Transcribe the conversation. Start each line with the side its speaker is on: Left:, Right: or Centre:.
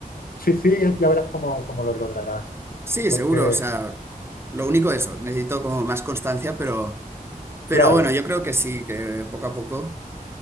Left: sí, sí, es- ya verás cómo, cómo lo lograrás.
Right: Sí,
Left: Porque,
Right: seguro, o sea, lo único de eso, necesito como más constancia, pero, pero
Left: claro,
Right: bueno, yo creo que sí, que poco a poco.